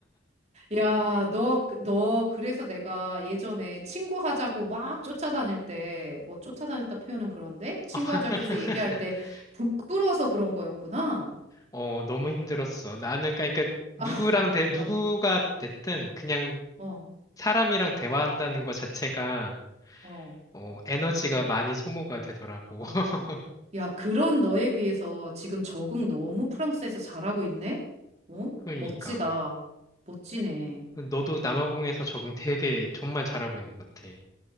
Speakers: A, on the right; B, on the left.
A: 야, 너, 그- 너, 그래서 내가 예전에 친구 하자고 막 쫓아다닐 때, 뭐 쫓아다녔다 표현은 그런데? 친구
B: <laughs>
A: 하자고 해서 얘기할 때 부끄러워서 그런 거였구나.
B: 어, 너무 힘들었어. 나는, 그러니까, 그러니까 누구랑,
A: 아,
B: 대, 누구가
A: <laughs> 나,
B: 됐든, 그냥
A: 뭐,
B: 사람이랑 대화한다는 것 자체가,
A: 어, 어,
B: 어, 에너지가 많이 소모가 되더라고.
A: 아.
B: <laughs>
A: 야, 그런 너에 비해서 지금 적응 너무 프랑스에서 잘하고 있네? 어?
B: 그러니까.
A: 멋지다. 멋지네.
B: 너도 남아공에서 적응 되게 정말 잘하고 있는 것 같아.